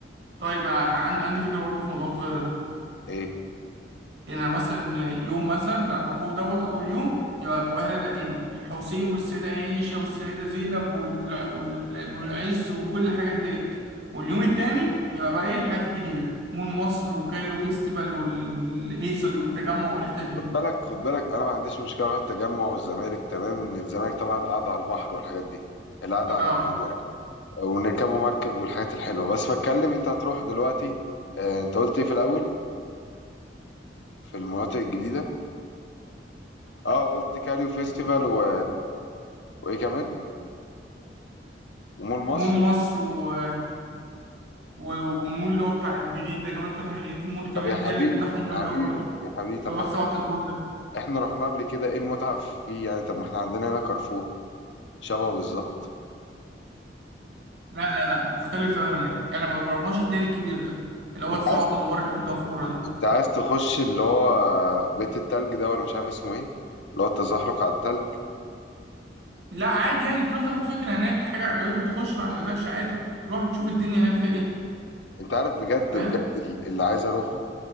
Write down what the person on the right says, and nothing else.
طيب أنا عن- عندي فكره برضه في موضوع القاهره ده
يعني مثلا يوم مثلا اللي هنروحوه دوت أول يوم يبقى القاهرة القديمة الحسين والسيدة عائشة والسيدة زينب وال- والمعز وكل الحاجات ديت واليوم التاني يبقى بقى إيه الحاجات الجديدة مول مصر وكايرو فيستيفال والهيصة دي والتجمع والحتت دي
اه
مول مصر و... و- ومول اللي هو بتاع الجديد ده كمان فتح جديد مول كمان
تالت بتاعهم
جامد
أوي برضه
اللي
هو السبعة
أدوار ده
لا لا لا مختلف تماما يعني يعني ما رحناش التاني الكبير ده اللي هو
السبع
ادوار اللي في النافوره
ده
لا عادي يعني تروح تاخد فكره هناك حاجه عجبتك تخش ما عجبتكش عادي تروح تشوف
الدنيا هناك فيها ايه
فاهم